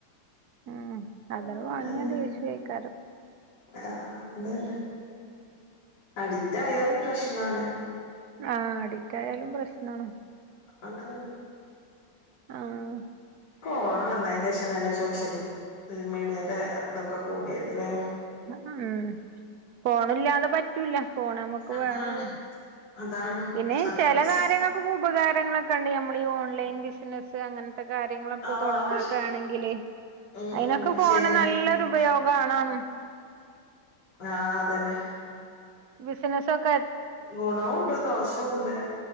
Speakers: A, on the right; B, on the left.
A: ഉം
B: ഉം
A: അത വാങ്ങിയ
B: അതന്നെ
A: ദേഷേക്കാറ്
B: ആഹ് അതല്ലേ അഡിറ്റ ആയാലും പ്രശ്നാണ്
A: ആ അഡിറ്റ് ആായാലും പ്രശ്നമാണ്
B: അതാണ്
A: ആഹ്
B: കൊറോണ വന്നതിന്റെ ശേഷനല്ല സോഷ്യൽ മീഡിയന്റെ ഇതൊക്കെ കൂടിയത് അലേ?
A: ഉം ഫോണല്ലാതെ പറ്റൂല ഫോൺ നമ്മുക്ക്
B: അതാണ്
A: വേണാണ്
B: അതാണ്
A: പിന്നെ
B: അന്നിപ്പോ
A: ചില
B: സ്
A: കാര്യങ്ങൾക്ക ഉപകാരങ്ങളൊക്കെ ഉണ്ട് നമ്മൾ ഈ ഓൺലൈൻ ബിസിനസ്സ് അങ്ങനെ കാര്യാങ്ങളൊക്കെണെങ്കിൽ
B: ആഹ് ഒക്കെ ശരി ഉം
A: അയിന്
B: ഉം
A: ഒക്കെോ
B: ശരിയാണ്
A: ന ഉപയോഗംണും
B: ആഹ് അതന്നെ
A: ബിസിനസ്സക്കെ?
B: ഗുണവുണ്ട് ദോഷവുണ്ട്